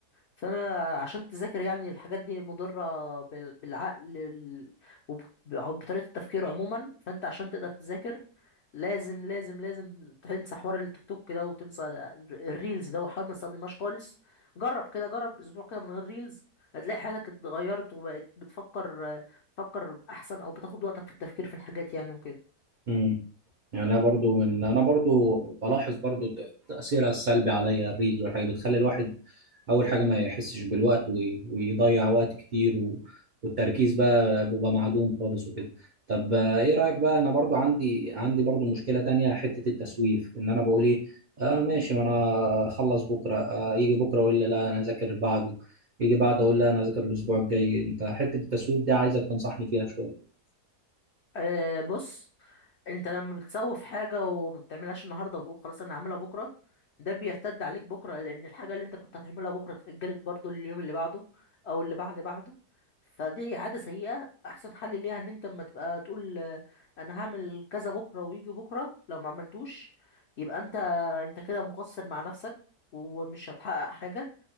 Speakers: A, on the left; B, on the right.
A: فانا عشان تذاكر يعني الحاجات دي مضره بال- بالعقل ال- وب- او بطريقه التفكير عموما فانت عشان تقدر تذاكر لازم لازم لازم تنسى حوار التيك توك كده وتنسى الريلز ده وحاول ما تستخدمهاش خالص جرب كده جرب اسبوع كده من غير ريلز هتلاقي حياتك اتغيرت وبقت بتفكر بتفكر احسن او بتاخد وقتك في التفكير في الحاجات يعني وكده
B: امم يعني انا برضو من انا برضو بلاحظ برضو ت- تاثيرها السلبي عليا الريلز والحاجات بتخلي الواحد اول حاجه ما يحسش بالوقت وي- ويضيع وقت كتير و... والتركيز بقى بيبقى معدوم خالص وكده طب آه، ايه رايك بقى انا برضو عندي عندي برضو مشكله تانية حته التسويف ان انا بقول ايه اه ماشي ما انا اخلص بكره آه يجي بكره اقول لي لا انا اذاكر بعده يجي بعد اقول لها انا اذاكر الاسبوع الجاي انت حته التسويف دي عايزك تنصحني فيها شويه
A: أه بص انت لما بتسوف حاجه وما بتعملهاش النهارده وتقول خلاص انا هعملها بكره ده بيرتد عليك بكره لان الحاجه اللي انت كنت هتعملها بكره اتاجلت برضو لليوم اللي بعده او اللي بعد بعده فدي عاده سيئه احسن حل ليها ان انت اما تبقى تقول آه، انا هعمل كذا بكره ويجي بكره لو ما عملتوش يبقى انت انت كده مقصر مع نفسك ومش هتحقق حاجه